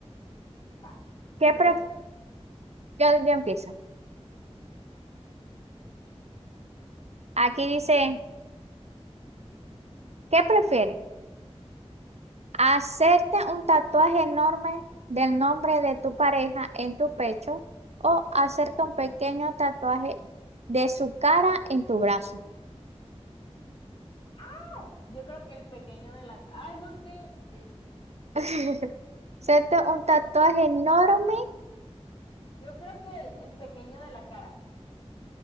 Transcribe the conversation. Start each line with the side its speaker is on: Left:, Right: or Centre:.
Left: Va,
Right: ¿Qué
Left: tú empiezas.
Right: pref- yo, yo empiezo. Aquí dice, ¿qué prefieres? Hacerte un tatuaje enorme del nombre de tu pareja en tu pecho o hacerte un pequeño tatuaje de su cara en tu brazo.
Left: Ah, Yo creo que el pequeño de la... Ay, no sé. Ay.
Right: <laughs> Hacerte un tatuaje enorme,
Left: Yo creo que el, el pequeño de la cara.